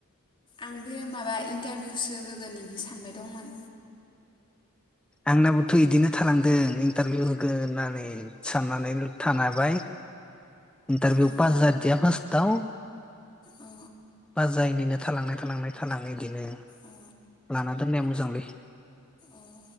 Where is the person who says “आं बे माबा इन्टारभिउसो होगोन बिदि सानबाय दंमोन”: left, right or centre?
Left